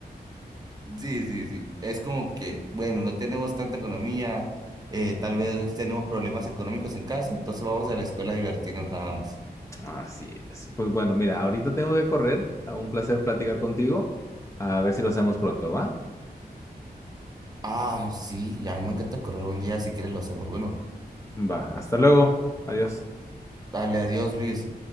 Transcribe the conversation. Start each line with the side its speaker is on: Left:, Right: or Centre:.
Right: Sí, sí, sí. Es como que, bueno, no tenemos tanta economía, eh, tal vez tenemos problemas económicos en casa, entonces vamos a la escuela a divertirnos nada más.
Left: Así es. Pues bueno, mira, ahorita tengo que correr. A un placer platicar contigo. A ver si lo hacemos pronto, ¿va?
Right: Ah, sí, a mí me encanta correr un día, si quieres lo hacemos. Bueno,
Left: Va. Hasta luego. Adiós.
Right: dale, adiós, Luis.